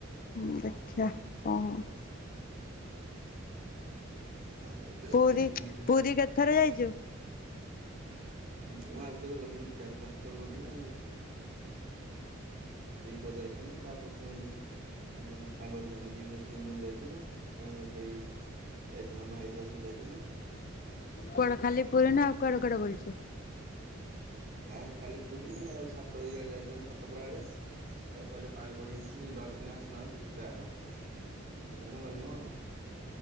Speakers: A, on the left; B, on the right.
A: ହୁଁ ଦେଖିଆ କଣ ହଉଛି।
B: ନ ଏବେ
A: ପୁରୀ
B: ଇନଫେସ
A: ପୁରୀ କେତେଥର ଯାଇଚୁ
B: ମୁଁ ୟା ଭିତରେ ଗଲିଣି ଚାରି ପାଞ୍ଚ ଥର ଗଲିଣି ଆଉ। ଦିଇଥର ଯାଇଥିଲୁ ତାପରେ ପୁଣି ଆମେ ସାଙ୍ଗ ହେଇକି ଆମେ ଦି ଭାଇ ତିନି ଜଣ ଯାଇଥିଲୁ ପୁଣି ଏବେ ଏଇ ଯାଇଥିଲୁ ଆମ ଭାଇ ହେରିକା ସବୁ ଯାଇଥିଲୁ।
A: କୁଆଡେ ଖାଲି ପୁରୀ ନାଁ ଆଉ କୁଆଡେ କୁଆଡେ ବୁଲିଚ?
B: ନାଁ ଖାଲି ପୁରୀ ଆଉ ସାତ ଇଆଡେ ଯାଇଥାନ୍ତୁ ସାତପଡା ଆଡେ। ସିଆଡେ କହିଲେ ପାଣି ବଢିଯାଇଛି ଡଲଫିନ୍ ଆସୁନାହାନ୍ତି ଯା ନାଁ। ସେଠୁ ଆମେ ଗଲୁନୁ ଆଉ